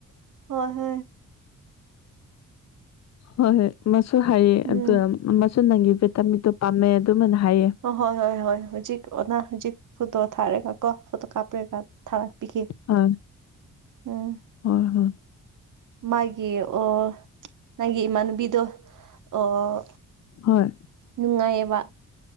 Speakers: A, on the right; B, on the left.
A: ꯍꯣꯏ ꯍꯣꯏ
B: ꯍꯣꯏ ꯍꯣꯏ ꯃꯁꯨ ꯍꯥꯏꯌꯦ
A: ꯎꯝ
B: ꯑꯗꯨ ꯃꯁꯨ ꯅꯪꯒꯤ ꯚꯤꯇꯥꯃꯤꯟꯗꯣ ꯄꯥꯝꯃꯦ ꯑꯗꯨꯃꯥꯏꯅ ꯍꯥꯏꯌꯦ
A: ꯑꯣ ꯍꯣꯏ ꯍꯣꯏ ꯍꯣꯏ ꯍꯧꯖꯤꯛ ꯑꯣꯅꯥ ꯍꯧꯖꯤꯛ ꯐꯣꯇꯣ ꯊꯥꯔꯦꯒ ꯀꯣ ꯐꯣꯇꯣ ꯀꯥꯞꯄ꯭ꯔꯦꯀ ꯊꯥꯔꯛꯄꯤꯈꯤ
B: ꯑ
A: ꯎꯝ
B: ꯍꯣꯏ ꯍꯣꯏ
A: ꯃꯥꯒꯤ ꯑꯣ ꯅꯪꯒꯤ ꯏꯃꯥꯟꯅꯨꯕꯤꯗꯨꯣ ꯑꯣ
B: ꯍꯣꯏ
A: ꯅꯨꯡꯉꯥꯏꯌꯦꯕ